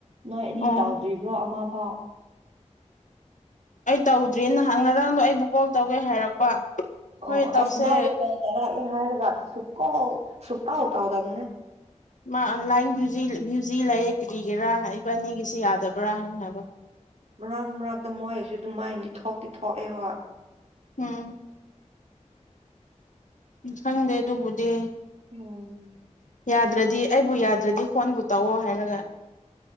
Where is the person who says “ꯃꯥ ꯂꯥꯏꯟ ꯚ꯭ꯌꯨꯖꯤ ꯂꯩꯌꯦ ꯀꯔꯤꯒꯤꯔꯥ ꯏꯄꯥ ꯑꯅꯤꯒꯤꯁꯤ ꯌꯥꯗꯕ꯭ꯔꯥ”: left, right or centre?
Left